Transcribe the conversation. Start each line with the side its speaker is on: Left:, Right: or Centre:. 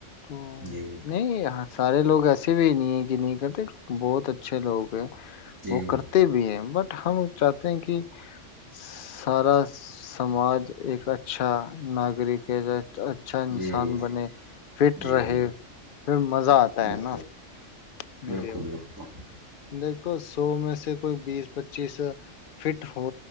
Left: تو
Right: جی
Left: نہیں یہاں سے سارے لوگ ایسے بھی نہیں ہیں یہ نہیں کرتے بہت اچھے لوگ ہیں
Right: جی
Left: وہ کرتے بھی ہیں بٹ ہم چاہتے ہیں کہ سارا سماج ایک اچھا ناگرک ہے اچھا انسان
Right: جی
Left: بنے فٹ
Right: جی
Left: رہے پھر مزہ آتا
Right: بالکل
Left: ہے نا مجھے
Right: بالکل بالکل
Left: دیکھو سو میں سے کوئی بیس پچیس فٹ ہو